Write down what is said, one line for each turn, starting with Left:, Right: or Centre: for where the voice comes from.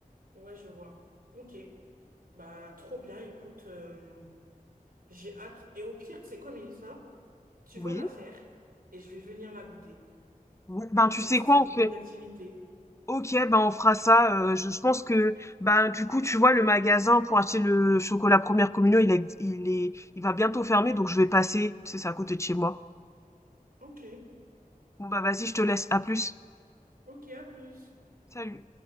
Right: Ouais, je vois. Ok. Bah trop bien, écoute. euh, j'ai hâte. Et au pire, tu sais quoi, Mélissa? Tu
Left: Oui.
Right: vas la faire et je vais venir la goûter.
Left: Oui, ben,
Right: Et
Left: tu
Right: comme
Left: sais
Right: ça,
Left: quoi?
Right: ça nous
Left: On fait
Right: fera une activité.
Left: Ok, ben on fera ça. euh, je, je pense que ben du coup tu vois le magasin pour acheter le chocolat première communion il est il est il va bientôt fermer donc je vais passer c'est ça, à côté de chez moi.
Right: Ok,
Left: Bon bah vas-y je te laisse à plus.
Right: ok, à plus.
Left: Salut.